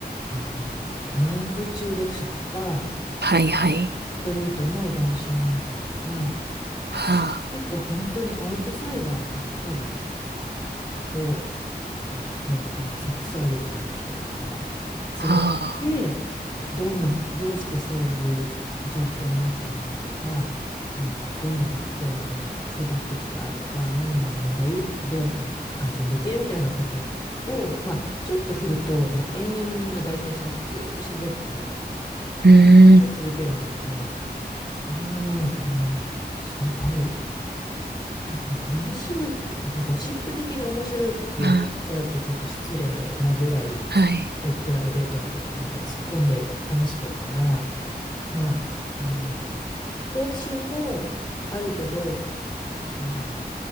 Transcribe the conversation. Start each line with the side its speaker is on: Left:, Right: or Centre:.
Left: えっと、麻薬中毒者とか、
Right: はい、はい。
Left: ストリートの売春婦とか、
Right: はあ、
Left: 結構本当にアウトサイダーばっかりを、こう、例えばあのセックスアディクトの人とか、
Right: はあ。
Left: 連れてってどんな、どうしてそういう状況になったのとか、あの、どんなバックグラウンドで育ってきたとか、何が問題とか、どうやったら改善できるみたいなことを、まあ、ちょっと振ると、もう延々みんな大体しゃ、ずーっと喋って、
Right: うーん。
Left: 上げ続けるんだけど、それがね、あの、すごい、あまあ面白いって、そのゴシップ的に面白いって言っちゃうとちょっと失礼なぐらい、
Right: あはい。
Left: かなりプライベートなところまで突っ込んで話してるから、まあ、あの、好奇心もあるけど、なんて言うんだろ